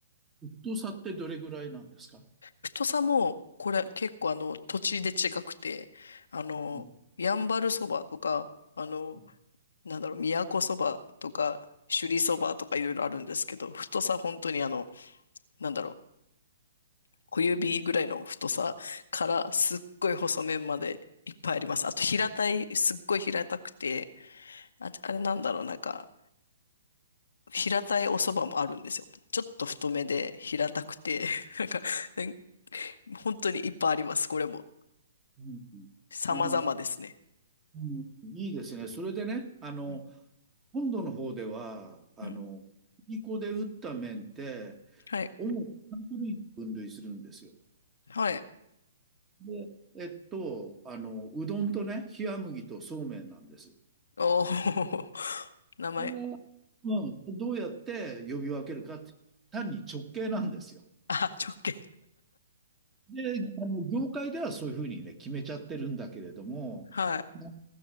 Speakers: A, on the right; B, on the left.
A: 太さってどれぐらいなんですか
B: 太さも、これ結構あの、土地で違くて、あの、
A: うん
B: やんばるそばとか、あの、
A: う
B: なんだろう、都そばとか、首里そばとかいろいろあるんですけど、太さ本当にあの、なんだろう、小指ぐらいの太さからすっごい細麺までいっぱいあります。あと平たい、すっごい平たくて、あ、あれなんだろう、なんか、平たいお蕎麦もあるんですよ。ちょっと太めで平たくて、<laughs> なんか、なん本当にいっぱいあります、これも。
A: んうんあの、
B: 様々ですね。
A: うんいいですね。それでね、あの、
B: うん、
A: 本土の方では、あの、
B: うん。
A: 小麦粉で打った麺って、
B: はい、
A: 主に3種類に分類するんですよ。
B: はい。
A: で、えっと、あの、うどんとね、冷麦とそうめんなんです。
B: おお <laughs> 名前。
A: これはうん、どうやって呼び分けるかって、単に直系なんですよ。
B: あ、直径。
A: で、あの業界ではそういうふうにね、決めちゃってるんだけれども、
B: はい。
A: な